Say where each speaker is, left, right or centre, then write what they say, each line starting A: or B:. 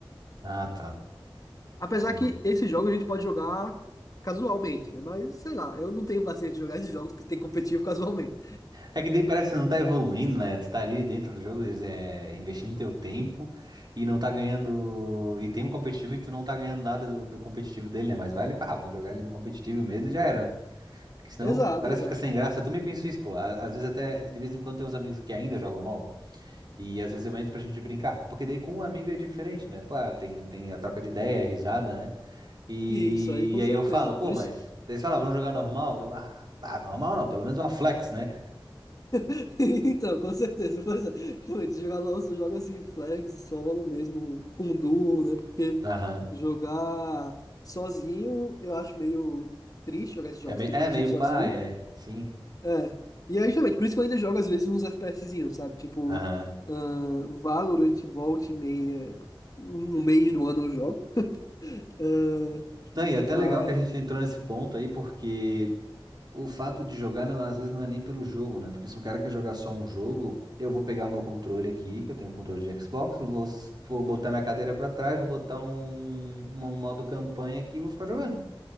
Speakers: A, on the right; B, on the left.
A: Ah, tá.
B: Apesar
A: Entendi.
B: que esses jogos a gente pode jogar casualmente, né? Mas, sei lá, eu não tenho paciência de jogar esses jogos que tem competitivo casualmente.
A: É que daí parece que não tá evoluindo, né? Tu tá ali dentro do jogo, é, investindo teu tempo e não tá ganhando. E tem um competitivo e tu não tá ganhando nada do, do competitivo dele, né? Mas vale, pá, vou jogar ali no competitivo mesmo e já era, né? Porque senão
B: Exato,
A: parece
B: exato.
A: que fica sem graça. Eu também penso isso, pô. Á- Às vezes até, de vez em quando, tem uns amigos que ainda jogam LOL. E às vezes eu entro pra gente brincar. Porque daí com um amigo é diferente, né? Pô, tem, tem a troca de ideia, a risada, né? E,
B: E Isso aí, com
A: e aí
B: certeza.
A: eu falo, pô,
B: Por isso.
A: mas. Daí eles falam, vamos jogar normal? Eu, ah, tá, normal não, pelo menos uma flex, né?
B: <laughs> Então, com certeza. Pois é. Realmente, jogar lança, joga assim, flex, solo mesmo, com duo, né? Porque
A: Aham.
B: jogar sozinho, eu acho meio triste jogar esses jogos
A: É, meio,
B: competitivos
A: é meio
B: sozinho.
A: pai, é. Sim.
B: É. E aí, justamente, por isso que eu ainda jogo, às vezes, uns FPSzinhos, sabe? Tipo,
A: Aham.
B: ahn, Valorant, volta e meia, um um mês do ano eu jogo. Ahn,
A: Não, e é até
B: mas,
A: legal que a gente entrou nesse ponto aí, porque O fato de jogar, não- às vezes, não é nem pelo jogo, né? Porque se o cara quer jogar só um jogo, eu vou pegar o meu controle aqui, que eu tenho um controle de Xbox, vou, s- vou botar minha cadeira pra trás, vou botar um, um, um modo campanha aqui e vou ficar jogando.